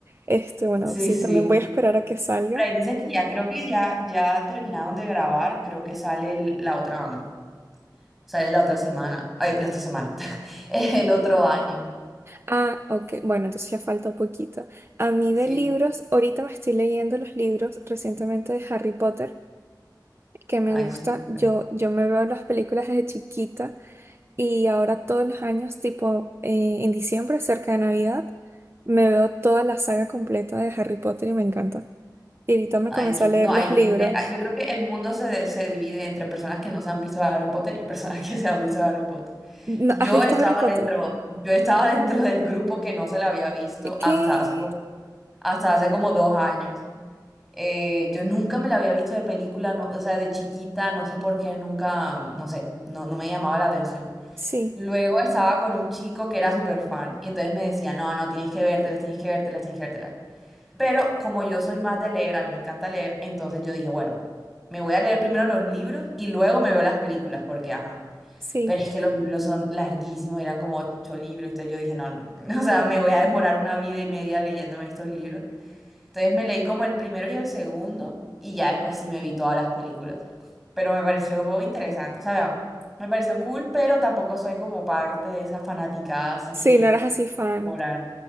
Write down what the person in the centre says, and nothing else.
Sí,
sí.
Por ahí dicen que ya creo que ya, ya terminaron de grabar, creo que sale el- la otra. Sale la otra semana. Ay, la otra semana. <laughs> El otro año.
Sí.
Ay,
súper.
Ay, que,
no,
hay
gente.
ay, Yo creo que el mundo se, de- se divide entre personas que no se han visto Harry Potter y personas que se han visto Harry Potter.
Yo
estaba
dentro, yo estaba dentro del grupo que no se la había visto
hasta hace como, hasta hace como dos años. Eh, yo nunca me la había visto de película, no, o sea, de chiquita, no sé por qué, nunca, no sé, no, no me llamaba la atención.
Luego estaba con un chico que era súper fan y entonces me decía, no, no, tienes que vértelas, tienes que vértelas, tienes que vértelas. Pero como yo soy más de leer, a mí me encanta leer, entonces yo dije, bueno, me voy a leer primero los libros y luego me veo las películas, porque ajá.
Pero es que los libros son larguísimos, eran como ocho libros, entonces yo dije, no, no, <laughs> no". o sea, me voy a demorar una vida y media leyéndome estos libros. Entonces me leí como el primero y el segundo y ya después sí me vi todas las películas. Pero me pareció interesante. O sea, vea, me pareció cool, pero tampoco soy como parte de esa fanaticada, así que
Coral,